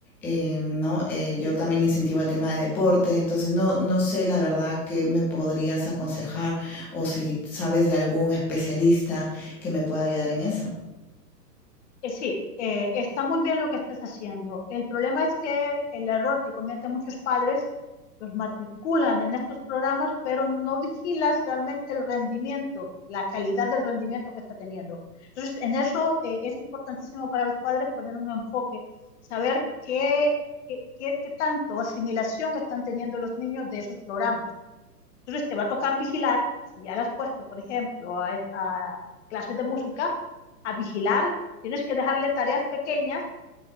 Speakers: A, in the centre; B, on the left.
A: eh, ¿no? Eh, yo también le incentivo el tema de deporte, entonces no, no sé la verdad qué me podrías aconsejar o si sabes de algún especialista que me pueda ayudar en eso.
B: Eh, sí, eh, está muy bien lo que estás haciendo. El problema es que el error que cometen muchos padres, los matriculan en estos programas, pero no vigilas realmente el rendimiento, la calidad del rendimiento que está teniendo. Entonces, en eso eh, es importantísimo para los padres poner un enfoque, saber qué, qué, qué, qué tanto asimilación están teniendo los niños de esos programas. Entonces te va a tocar vigilar, si ya le has puesto, por ejemplo, a, a clases de música, a vigilar, tienes que dejarle tareas pequeñas